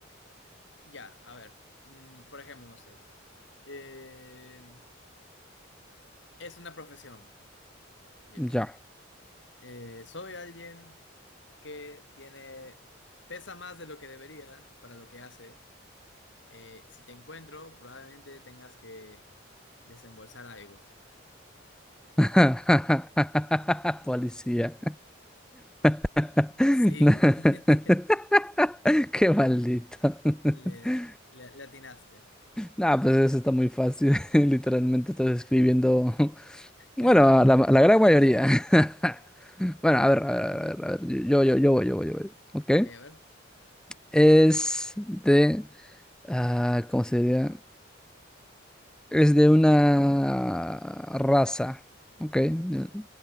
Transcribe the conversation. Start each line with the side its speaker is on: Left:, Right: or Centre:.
Left: Ya, a ver. mm, por ejemplo, no sé. eh, es una profesión. Ya.
Centre: Ya.
Left: Eh, soy alguien que tiene, pesa más de lo que debería para lo que hace. Eh, si te encuentro, probablemente tengas que desembolsar algo.
Centre: <laughs> Policía. <laughs>
Left: Sí,
Centre: No. <laughs>
Left: <laughs>
Centre: Qué maldito.
Left: le,
Centre: <laughs>
Left: le, le atinaste.
Centre: Nah, pues eso está muy fácil. <laughs> Literalmente estás escribiendo. <laughs>
Left: <laughs>
Centre: Bueno, la, la gran mayoría. <laughs> Bueno, a ver, a ver, a ver, a ver. Yo, yo, yo voy, yo voy, yo voy. ¿Ok?
Left: Ok, a ver.
Centre: Es de. ah, ¿cómo se diría? Es de una raza, ¿ok? De